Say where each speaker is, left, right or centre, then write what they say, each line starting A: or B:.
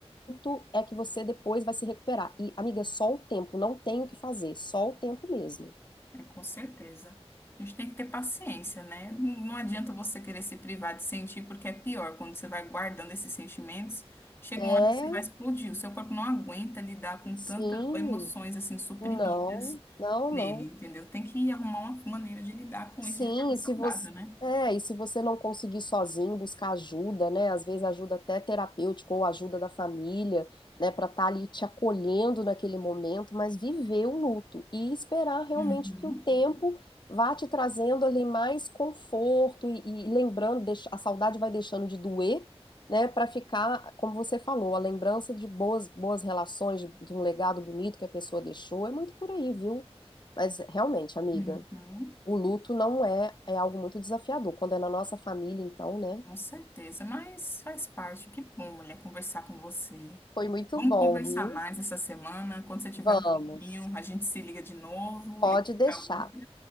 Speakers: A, on the left; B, on the left.
A: luto é que você depois vai se recuperar. E, amiga, é só o tempo, não tem o que fazer, só o tempo mesmo.
B: É, com certeza. A gente tem que ter paciência, né? Não não adianta você querer se privar de sentir, porque é pior. Quando você vai guardando esses sentimentos, chega
A: É,
B: uma hora que você vai explodir. O seu corpo não aguenta lidar com
A: sim,
B: tantas emoções assim suprimidas
A: não, não,
B: nele,
A: não.
B: entendeu? Tem que arrumar uma maneira de lidar com
A: Sim,
B: isso de forma saudável,
A: e se você,
B: né?
A: é, e se você não conseguir sozinho, buscar ajuda, né? Às vezes ajuda até terapêutica ou ajuda da família, né, para estar ali te acolhendo naquele momento, mas viver o luto e esperar realmente
B: Uhum,
A: que o tempo vá te trazendo ali mais conforto e, e lembrando, deixa- a saudade vai deixando de doer, né, para ficar, como você falou, a lembrança de boas, boas relações, de de um legado bonito que a pessoa deixou, é muito por aí, viu? Mas realmente, amiga
B: uhum,
A: o luto não é, é algo muito desafiador. Quando é na nossa família, então, né?
B: com certeza. Mas faz parte. Que bom, mulher, conversar com você.
A: Foi muito
B: Vamos
A: bom,
B: conversar
A: viu?
B: mais essa semana. Quando você tiver
A: Vamos,
B: um tempinho, a gente se liga de novo,
A: pode
B: liga
A: deixar.
B: para outra,